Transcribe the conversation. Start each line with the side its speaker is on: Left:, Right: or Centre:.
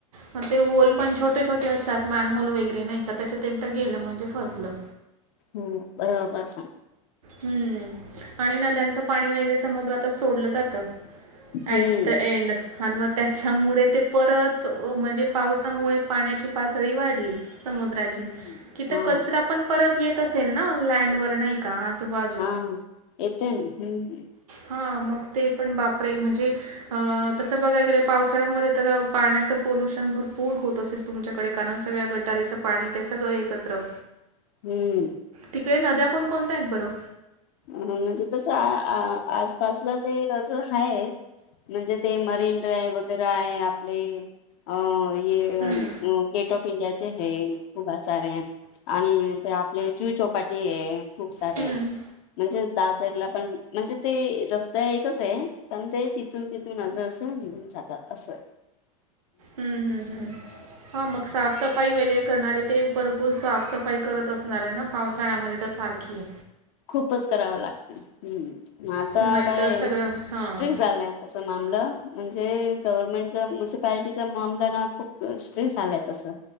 Right: मग ते होल पण छोटे छोटे असतात मॅन होल वगैरे नाही का त्यांच्यात एकदा गेलं म्हणजे फसलं
Left: हम्म बरोबर सांग
Right: हम्म आणि नद्यांचं पाणी वगैरे समुद्रातच सोडलं जातं
Left: हम्म.
Right: ऍट द एंड. आणि मग त्याच्यामुळे ते परत म्हणजे पावसामुळे पाण्याची पातळी वाढली. समुद्राची
Left: हम्म
Right: तिथ
Left: हा
Right: कचरा पण परत येत असेल ना लँड वर नाही का आजूबाजू.
Left: हा येत हम्म.
Right: हां मग ते पण बापरे म्हणजे. अ तसं बघायला गेले पावसाळ्यामध्ये तर पाण्याचं पोल्युशन भरपूर होत असेल. तुमच्याकडे कारण सगळ्या गटारीचं पाणी ते सगळं एकत्र.
Left: हम्म.
Right: तिकडे नद्या कोण कोणत्या आहेत बरं.
Left: अ म्हणजे तस आसपासला ते असं हाय म्हणजे ते मरीन ड्राइव्ह वगैरे आहे आपले आपले. <inaudible>
Right: हम्म,
Left: गेट ऑफ इंडियाचे हे खूप आ सार आहे आणि ज आपले जुहू चौपाटी आहे. खूप सारे.
Right: हम्म.
Left: म्हणजे दादरला पण म्हणजे ते रस्ता एकच आहे पण ते तिथून तिथ. तिथून असं असं घेऊन जातात असं.
Right: हम्म हम् हम्म हा म. साफसफाई वगैरे करणारे ते भरपूर साफसफाई करत असणार आहे ना पावसाळ्यामध्ये तर सारखी.
Left: खूपच कराव लागत हम्म आता
Right: नाहीतर
Left: काय
Right: सगळं हां
Left: स्ट्रिक्ट झालाय. तसं मामलं म्हणजे गव्हर्नमेंटच्या म्युंसीपार्टी मामला ना खूप स्टिक्ट आलाय तसं.